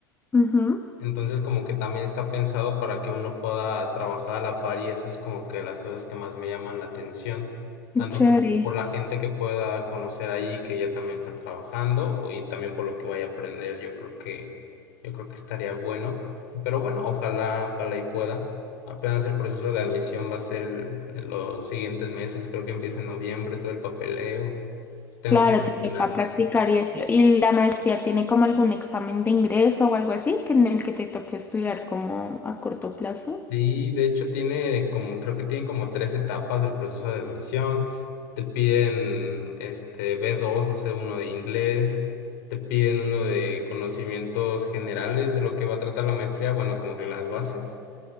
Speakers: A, on the left; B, on the left.
A: Ujú,
B: Entonces como que también está pensado para que uno pueda trabajar a la par y eso es como que las cosas que más me llaman la atención,
A: Qué
B: tanto
A: chévere.
B: como por la gente que pueda conocer ahí que ya también está trabajando o- y también por lo que vaya a aprender, yo creo que yo creo que estaría bueno. Pero bueno, ojalá, ojalá y pueda. Apenas el proceso de admisión va a ser el- en los siguientes meses, creo que empieza en noviembre todo el papeleo. Pues Tengo
A: Claro,
B: que terminar
A: te toca practicar y eso. ¿Y la maestría tiene como algún examen de ingreso o algo así que en el que te toque estudiar como a corto plazo?
B: Sí, de hecho tiene como, creo que tiene como tres etapas del proceso de admisión. Te piden este b dos o c uno de inglés, te piden uno de conocimientos generales de lo que va a tratar la maestría, bueno, como que las bases,